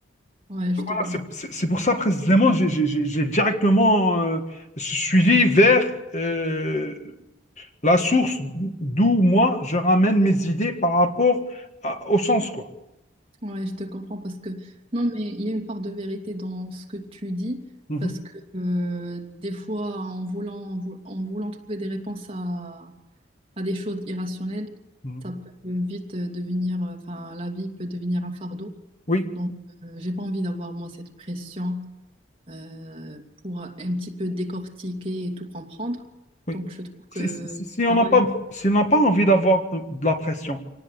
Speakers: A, on the right; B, on the left.
A: Ouais, je
B: Voilà,
A: te comprends.
B: c'est c'est- c'est pour ça précisément j'ai j'ai- j'ai- j'ai directement euh, suivi vers euh, la source d'où moi je ramène mes idées par rapport à- au sens, quoi.
A: Ouais, je te comprends parce que non, mais il y a une part de vérité dans ce que tu dis
B: Mhm,
A: parce que euh, des fois, en voulant, en vou- en voulant trouver des réponses à, à des choses irrationnelles,
B: mhm.
A: ça peut vite euh, devenir, euh, enfin, la vie peut devenir un fardeau.
B: Oui,
A: Donc, euh, j'ai pas envie d'avoir moi cette pression euh, pour un petit peu décortiquer et tout comprendre.
B: oui.
A: Donc, je trouve
B: Si,
A: que
B: si- si- si on
A: la
B: n'a
A: religion,
B: pas, si on n'a pas envie d'avoir euh, de la pression,